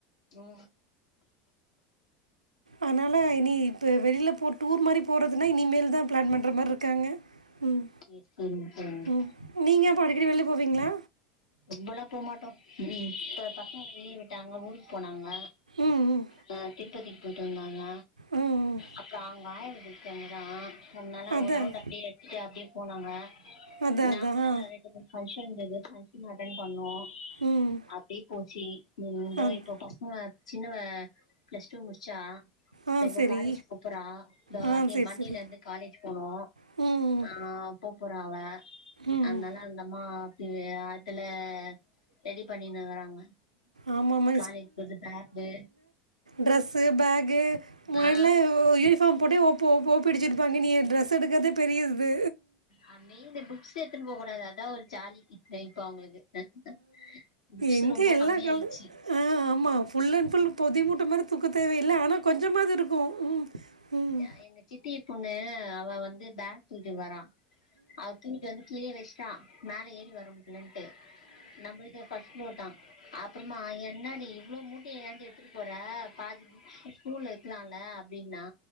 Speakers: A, on the left; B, on the right.
A: ப்றோ
B: அனால இனி ப்ப வெளியில போர் டூர் மாரி போறதுனா இனிமேல் தா பிளான் பண்ற மார் இருக்காங்க ம்
A: சேரி சேரிங்க தோழி
B: ம் நீங்க அப்போ அடிக்கடி வெல்ல போவீங்களா
A: கும்பல்லா போமாட்டோ ம் ம் இப்ப பசங்களுக்கு லீவு விட்டாங்க ஊருக்கு போனாங்க
B: ம் ம்
A: அ திருப்பதிக்கு போய்ட்டு வந்தாங்க
B: ம் ம்
A: அப்றோ அவங்க ஆயா இருக்காங்கதா அதனால
B: அதான்
A: ஒரு ரவுண்ட அப்டியே எடுத்து அப்டியே போனாங்க
B: அதான்
A: நாங்களா
B: அதான் ஆ
A: ஃபங்க்ஷன் இருந்தது ஃபங்க்ஷன் அட்டன் பண்ணோ
B: ம்
A: அப்டியே போச்சு ம் இந்த
B: அத்
A: இப்போ பசங்க சின்னவ பிளஸ் டூ முடிச்சா
B: ஆ
A: இதோ இப்ப
B: சரி
A: காலேஜ் போபோறா இதோ
B: ஆ சரி
A: மண்டையில
B: சரி
A: இருந்து காலேஜ் போனு
B: ம்
A: ஆ போபோறா அவ
B: ம்
A: அதனால
B: ம்
A: அந்தமா அதுல ரெடி பண்ணிங்கறாங்க
B: ஆமாம்மா
A: காலேஜ் போறதுக்கு பேக்கு
B: டிரெஸ்ஸு பேகு முன்னாடில
A: ஆ
B: யூனிஃபார்ம் போட்டே ஒப் ஒப்பிடுச்சிருப்பாங்க நீ டிரரெஸ் எடுக்கறதே பெரிய‌ இது
A: அ நீங்க இட்டுனு போக கூடாது அதா ஒரு ஜாலி இப்ப அவங்களுக்கு அ புக்ஸூ
B: எங்கே
A: ரொம்ப
B: எல்லா
A: கம்மிய
B: கால
A: ஆயிடுச்சு
B: ஆ ஆமாம் ஃபுல் அண்ட் ஃபுல் பொதி மூட்ட மாதிரி தூக்க தேவையில்ல ஆனா கொஞ்சமாது இருக்கு ம் ம்
A: எ எங்க சித்தி பொண்ணு அவ வந்து பேக் தூக்ட்டு வரா அ தூக்கிட் வந்து கீழே வெஸ்ட்டா மேல ஏறி வர முடிலன்ட்டு நம்மள்து ஃபஸ்ட் ஃப்ளோர் தா அப்றோமா என்னாடி இவ்ளோ மூட்டைய ஏண்டி எத்துட்டு போற பாதி ஸ்கூல்ல வக்கலாம்ல அப்டினா